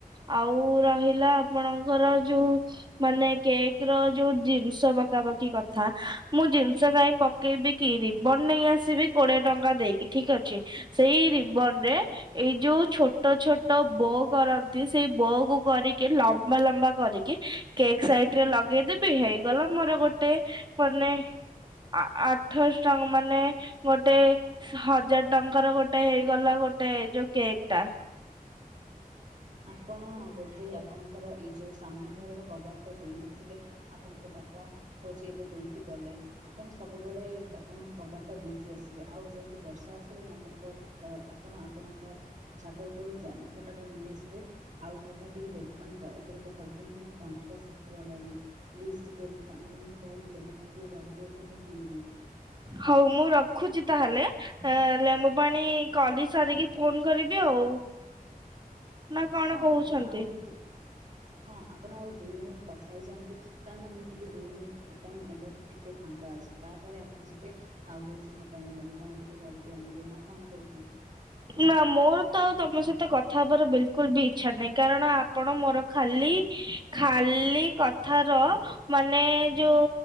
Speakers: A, on the right; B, on the right.
A: ଆଉ ରହିଲା ଆପଣଙ୍କର ଯୋଉ ମାନେ କେକ୍ ର ଯୋଉ ଜିନିଷ ପକାପକି କଥା ମୁଁ ଜିନିଷ କାଇଁପ ପକେଇବି କି ରିବନ୍‌ ନେଇ ଆସିବି କୋଡ଼ିଏ ଟଙ୍କା ଦେଇକି ଠିକ୍ ଅଛି ସେଇ ରିବନ୍‌ରେ ଏଇ ଯୋଉ ଛୋଟ ଛୋଟ ବୋ କରନ୍ତି ସେଇ ବୋ କୁ କରିକି ଲମ୍ବା ଲମ୍ବା କରିକି କେକ୍ ସାଇଟ ରେ ଲଗେଇଦେବି ହେଇଗଲା ମୋର ଗୋଟେ ମାନେ ଆ ଆଠଶ ଟଙ୍କ ମାନେ ଗୋଟେ ହଜାର୍‌ଟଙ୍କାର ଗୋଟେ ହେଇଗଲା ଗୋଟେ ଯୋଉ କେକ୍ ଟା।
B: ଆପଣ ବୋଧେ ଆପଣଙ୍କର ଏଇ ଯୋଉ ସାମ୍ନା ଘରର କବାଟା ଦେଇନଥିଲେ? ଆପଣଙ୍କ ବାପା ହଉଛି ଏବେ ଦେଇକି ଗଲେ। ଆପଣ ସବୁବେଳେ ଆପଣଙ୍କ କବାଟ୍‌ଟା ଦେଇକି ଆସିବେ ଆଉ ଯେହେତୁ ବର୍ଷା ଆସିଲାଣି ଆପଣଙ୍କ ତ ଆପଣ ଆପଣଙ୍କ ଛାତ ଉପରୁ ଜାମାପଟାଟା ନେଇ ଆସିବେ। ଆଉ ମୋ ପାଇଁ ଟିକେ ଲେମ୍ବୁ ପାଣି ଦୟାକରି କରିଦିଅନ୍ତୁ ମୋ ତଣ୍ଟିଟା ଶୁଖିଗଲାଣି। ପ୍ଲିଜ ଟିକେ ମୋ ସାନ ଭଉଣୀ କହିକି ଲେମ୍ବୁ ପାଣି ଟିକେ କରିଦିଅନ୍ତୁ ମୁଁ ପିଇବି।
A: ହଉ ମୁଁ ରଖୁଚି ତାହେଲେ। ଏ ଲେମ୍ବୁ ପାଣି କରି ସାରିକି ଫୋନ୍‌ କରିବି ଆଉ। ନା କଣ
B: ହଁ
A: କହୁଛନ୍ତି?
B: ଆପଣ ଆଉ ଦୁ ହଁ ଆପଣ ଆଉ ଦୁଇ ମିନିଟ୍ କଥା ହେଇଯାଆନ୍ତୁ। କାରଣ ମୁଁ ଟିକେ ଦୁଇ ମିନିଟ୍ ପାଇଁ ଏବେ ଟିକେ ଫାଙ୍କା ଅଛି ତାପରେ ଆପଣ ଯିବେ। ଆଉ ହଉଛି ମୋ ପାଇଁ ଲେମ୍ବୁ ପାଣି ଟିକେ କରିକି ଆଣିବେ ନା କଣ କହୁଛନ୍ତି?
A: ନା ମୋର ତ ଆଉ ତମ ସହିତ କଥା ହବାର ବିଲ୍‌‌କୁଲ୍‌ ବି ଇଚ୍ଛା ନାହିଁ କାରଣ ଆ ଆପଣ ମୋର ଖାଲି ଖାଲି କଥାର ମାନେ ଯୋଉ